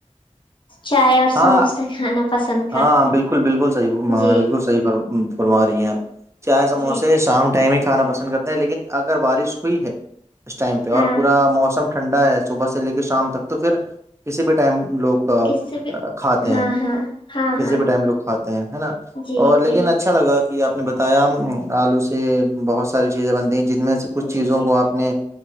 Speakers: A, on the left (about 40°); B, on the right (about 25°).
A: چائے اور
B: ہاں
A: سموسے کھانا پسند
B: ہاں
A: کرتے
B: بالکل بالکل صحیح ہاں
A: جی
B: بالکل صحیح پر پرم رہیک چائے سموسے
A: جی
B: شام ٹائم کھانا پسند کر ہیں لیکن اگر بارش ہوئی ہے اس ٹائم پہ
A: ہاں
B: اور پورا موسم ٹھنڈا ہے صبح سے لے کے شام تک تو پھر کسی بھی ٹائم لوک
A: کس بھی
B: کھاتے
A: ہاں
B: ہیں
A: ہاں ہاں
B: کسی
A: ہاں
B: بھی ٹائم لوگ کھاتے ہیں نا
A: جی
B: اور لیکن
A: جی
B: اچھا لگا ج آپ نے بتایا آلو سے بہت ساری چیزیں بنتی ہیں جن میں سے کچھ چیزوں
A: جی
B: کو
A: جی
B: آپ نے